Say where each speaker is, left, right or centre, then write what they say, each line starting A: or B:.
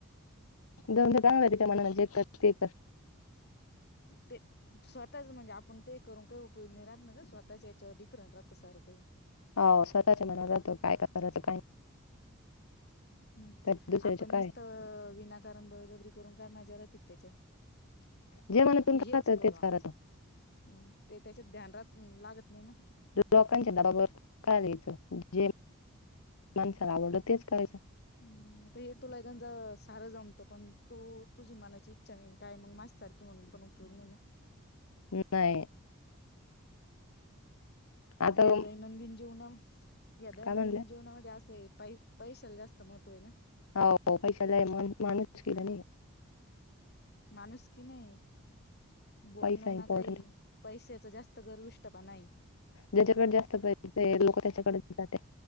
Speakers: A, on the left; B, on the left.
A: जाऊदे तिच्या तिच्या मनाने जे कर ते कर
B: ते स्वतःच म्हणजे आपण ते करून काही उपयोग नाही राहत ना गं स्वतःच्या याच्यावर डिफरंट राहतं सारं काही
A: अ स्वतःच्या मनावर राहत काय करायचं काय नाही
B: हम्
A: नाही, तर दुसऱ्याचे
B: आपण
A: काय
B: निसत ना कारण बळजबरी करून काही मज्जा राती का त्याच्यात
A: जे मनातून
B: का तर तू हेच
A: राहतं
B: कर
A: तेच करायचं
B: मग ते त्याच्यात ध्यान रात लागत नाही ना
A: लोकांच्या दबावर कायला यायचं जे माणसाला आवडलं तेच करायचं <inaudible>
B: हम्म आता हे तुला सार गंज जमतं पण तू तुझी मनाची इच्छा नाही काय मग माझी सारखी म्हणून पण त नाही ना
A: नाही आता
B: आणि दैनंदिन जीवना हे दैनंदिन
A: काय म्हणलं
B: जीवनामध्ये असं आहे पै पैशाला जास्त महत्व आहे
A: हो पैसा जाय, म माणस गेला नाही.
B: माणूसकी नाही. बोलणं
A: पैसा इम्पॉर्टंट
B: ना काही. पैशच जास्त गरविष्ट प नाही.
A: ज्याच्याकडे जास्त पहिजे, लोक त्याच्याकडे जाते.